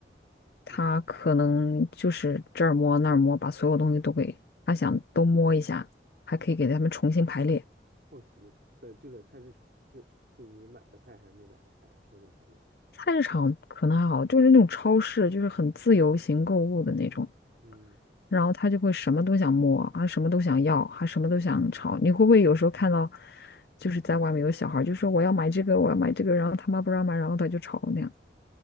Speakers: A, on the right; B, on the left.
A: 带他买菜，
B: 他可能就是这儿摸那儿摸，把所有东西都给他想都摸一下，还可以给他们重新排列。
A: 好奇，在就在菜市场，是是你买的菜还是没买的菜啊？重新排列。
B: 菜市场可能还好，就是那种超市，就是很自由行购物的那种，
A: 嗯，
B: 然后他就会什么都想摸，啊，什么都想要，还什么都想吵。你会不会有时候看到，就是在外面有小孩儿就说我要买这个，我要买这个，然后他妈不让买，然后他就吵那样，